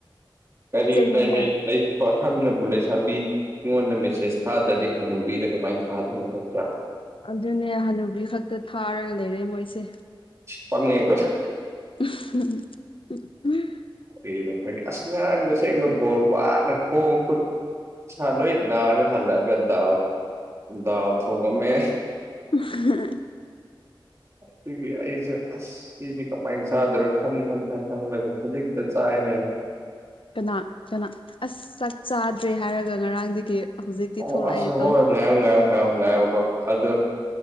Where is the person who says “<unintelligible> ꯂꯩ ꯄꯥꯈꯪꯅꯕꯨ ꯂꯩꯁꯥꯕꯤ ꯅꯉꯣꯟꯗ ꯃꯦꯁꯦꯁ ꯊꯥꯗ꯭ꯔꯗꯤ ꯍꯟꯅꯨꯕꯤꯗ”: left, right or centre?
Right